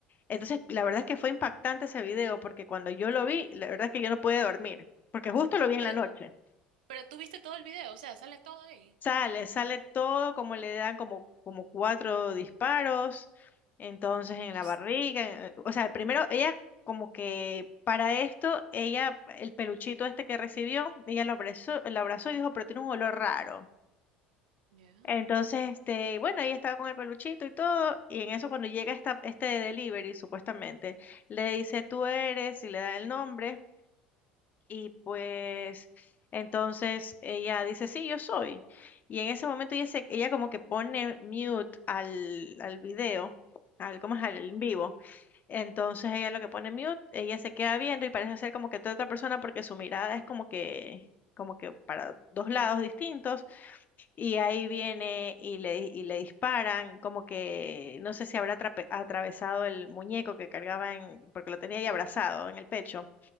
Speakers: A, on the left (about 40°); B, on the right (about 80°).
A: Entonces la verdad es que fue impactante ese video porque cuando yo lo vi, la verdad es que yo no pude dormir, porque justo lo vi en
B: Pero,
A: la noche.
B: Pero tú viste todo el video, o sea, sale todo ahí.
A: Sale, sale todo como le dan como, como cuatro disparos, entonces en la
B: O
A: barriga,
B: sea,
A: eh, o sea, primero ella como que para esto, ella, el peluchito este que recibió, ella lo abrazó, lo abrazó y dijo, pero tiene un olor raro.
B: ya.
A: Entonces, este, bueno, ella estaba con el peluchito y todo, y en eso cuando llega esta, este delivery, supuestamente, le dice, tú eres, y le da el nombre. Y pues entonces ella dice, sí, yo soy. Y en ese momento ella, se- ella como que pone mute al, al video, al, ¿cómo es?
B: Ujú.
A: Al en vivo. Entonces ella lo que pone mute, ella se queda viendo y parece ser como que toda otra persona porque su mirada es como que, como que para dos lados distintos. Y ahí viene y le, y le disparan, como que no sé si habrá atrape- atravesado el muñeco que cargaba en, porque lo tenía ahí abrazado en el pecho.